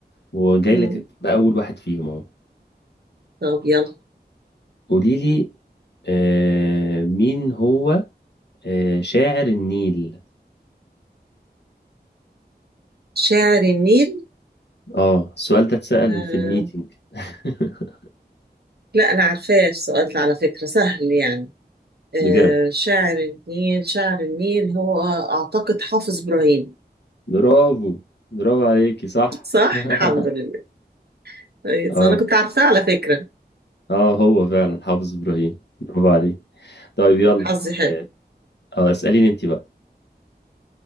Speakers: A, on the left; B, on the right.
A: وجاي
B: مم.
A: لك باول واحد فيهم اهو
B: طب يلا
A: قولي لي آه مين هو آه شاعر النيل
B: شاعر النيل
A: اه السؤال ده اتسأل
B: آه.
A: في الميتنج <laughs>
B: لا انا عارفاه السؤال ده على فكرة سهل يعني آه،
A: بجد
B: شاعر النيل شاعر النيل هو أعتقد حافظ إبراهيم
A: برافو برافو عليكي صح
B: صح
A: <laughs>
B: الحمد لله كويس
A: اه
B: أنا كنت عارفاه على فكرة
A: اه هو فعلا حافظ ابراهيم برافو عليك طيب يلا
B: حظي حلو
A: اه آه، اسأليني انت بقى